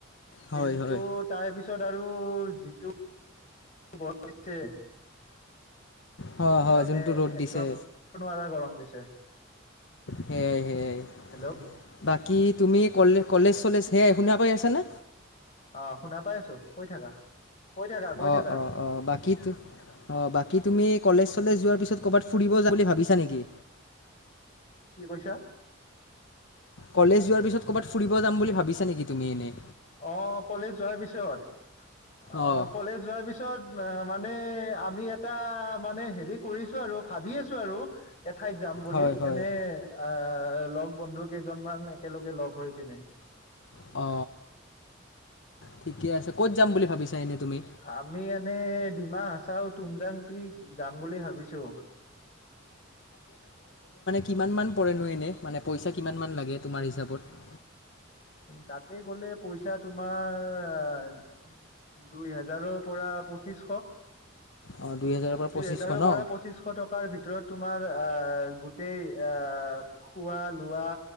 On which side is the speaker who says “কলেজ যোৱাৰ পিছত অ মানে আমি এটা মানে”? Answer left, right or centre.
Left